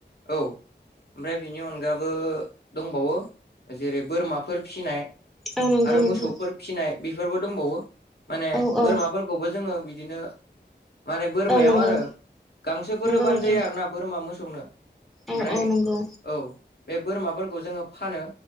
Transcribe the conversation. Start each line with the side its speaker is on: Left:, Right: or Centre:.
Left: औ ओमफ्राय बेनि अनगाबो दंबावो जेरै बोरमाफोर फिसिनाय
Centre: औ नंगौ
Left: आरो
Centre: नोंथां
Left: मोसौफोर फिनाय बेफोरबो दंबावो माने
Centre: औ
Left: बोरमाफोरखौबो
Centre: औ
Left: जोङो बिदिनो माने बोरमायाव
Centre: औ नंगौ
Left: आरो गांसोफोर
Centre: नंगौ
Left: होबानो
Centre: नोंथां
Left: जायो आरो ना बोरमा मोसौनो
Centre: औ
Left: ओमफ्राय
Centre: औ नंगौ
Left: औ बे बोरमाफोरखौ जोङो फानो